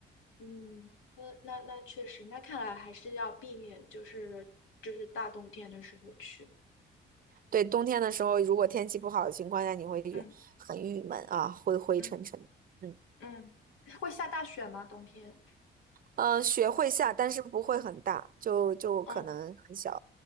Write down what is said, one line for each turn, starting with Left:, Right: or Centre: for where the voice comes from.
Left: 嗯，那那那确实，那看来还是要避免，就是就是大冬天的时候去。
Right: 对，冬天的时候，如果天气不好的情况下，你会郁很郁闷啊，
Left: 嗯
Right: 灰灰沉沉。
Left: 嗯
Right: 嗯
Left: 嗯，会下大雪吗？冬天？
Right: 嗯、呃雪会下，但是不会很大，就就可能很小
Left: 嗯